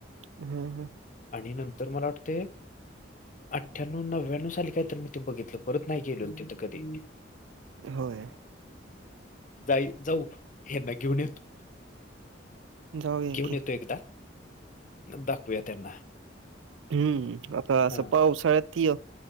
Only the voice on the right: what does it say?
हम हा.
होय,
जाऊया
की.
हम् आता
पावसाळ्यात तय.